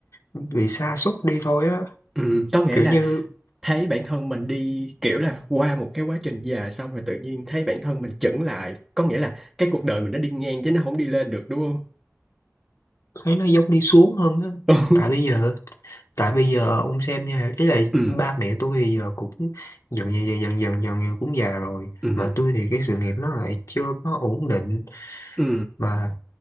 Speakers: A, on the left; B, in the centre.
A: bị sa sút đi thôi á
B: ừ. Có nghĩa
A: kiểu
B: là
A: như
B: thấy bản thân mình đi kiểu là qua một cái quá trình dài xong rồi tự nhiên thấy bản thân mình chững lại có nghĩa là cái cuộc đời mình nó đi ngang chứ nó không đi lên được đúng không
A: thấy nó giống đi xuống hơn á
B: <laughs>
A: tại bây giờ tại bây giờ ông xem nha ý là
B: ừ
A: ba mẹ tôi thì giờ cũng dần dần dần dần dần dần, cũng già rồi
B: ừ
A: mà tôi thì cái sự nghiệp nó lại chưa có ổn định
B: ừ
A: mà